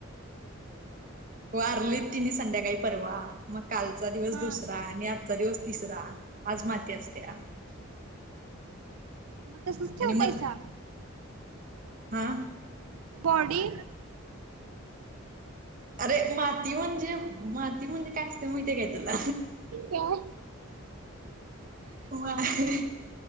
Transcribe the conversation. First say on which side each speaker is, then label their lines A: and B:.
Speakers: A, on the right (about 40°); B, on the right (about 85°).
A: वारली तिनी संध्याकाळी परवा, मग कालचा दिवस
B: हा
A: दुसरा
B: मग
A: आणि आजचा दिवस तिसरा. आज माती असत्या.
B: <unintelligible> म तसच
A: आणि
B: ठेवतायसा.
A: मग हा
B: बॉडी
A: अरे माती म्हणजे, माती म्हणजे? काय असत माहितय काय तुला?
B: काय?
A: माती,